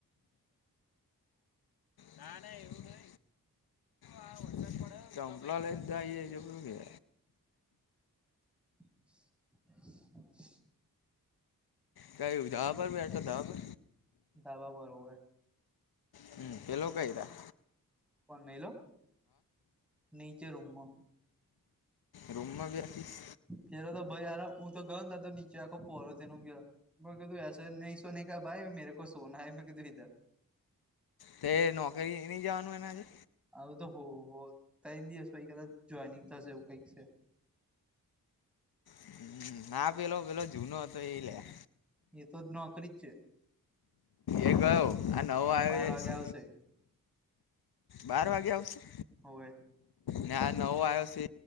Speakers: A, on the left (about 85°); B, in the centre.
A: ના ના એવુંં નય આ વરસાદ પડે.
B: <inaudible>
A: કઈ <unintelligible> પર બેઠો ધાબા પર
B: ધાબા પર હોવે
A: હમમ પલો કય રા
B: પણ એલો નીચે રૂમ માં
A: રૂમમાં બેસીશ
B: પેલો તો ભાઈ હારા હું તો ગયો ત તો નીચે આખો પોહળો થય ઊઘેલો. મે કીધું એસે નય સોને કા ભાઈ મેરે કો સોના હે ઈધર
A: તે નોકરી ની જવાનું એને આજે
B: આવું તો હો હો તેય દિવસ પછી કદાચ ટ્રેનિંગ થશે એવું કઈક છે.
A: હમમ ના પેલો પેલો જૂનો હતો એ લા
B: એ તો નોકરી જ છે
A: એ ગયો આ નવો
B: હા
A: આયો
B: બાર વાગે
A: છે.
B: આવશે
A: બાર વાગે આવશે
B: હોવે
A: ને આ નવો આયો છે